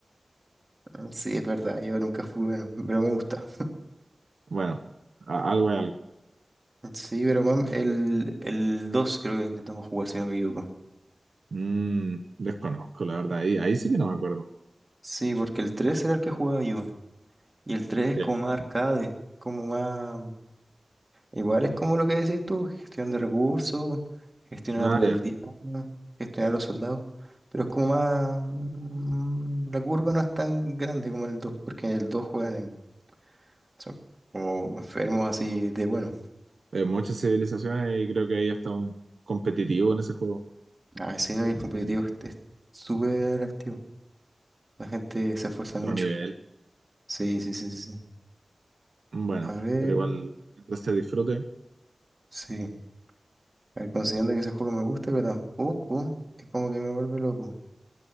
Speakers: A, on the right; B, on the right.
A: ah, sí, es verdad, yo nunca fui bueno, pero me gusta.
B: Bueno, a- algo es algo.
A: Sí, pero mam, el, el 2 creo que intentamos jugar, si no me equivoco.
B: Mm, desconozco, la verdad, ahí, ahí sí que no me acuerdo.
A: Sí, porque el 3 era el que jugaba yo. Y el 3 es
B: Ya,
A: como más arcade, como más... Igual es como lo que decís tú, gestión de recursos, gestionar
B: Ah,
A: a tu
B: ya.
A: aldeano, gestionar a los soldados. Pero es como más... mm, La curva no es tan grande como el 2 porque en el 2 juegan en... Son como enfermos así de bueno.
B: Eh, muchas civilizaciones y creo que ahí está un competitivo en ese juego,
A: Ah, sí, no, y el competitivo es es súper activo. La gente se esfuerza
B: otro
A: mucho.
B: nivel.
A: Sí, sí, sí, sí. sí.
B: Mm, Bueno,
A: A ver,
B: pero igual, mientras se disfrute,
A: sí. A ver, considerando que ese juego me gusta, pero tampoco es como que me vuelve loco.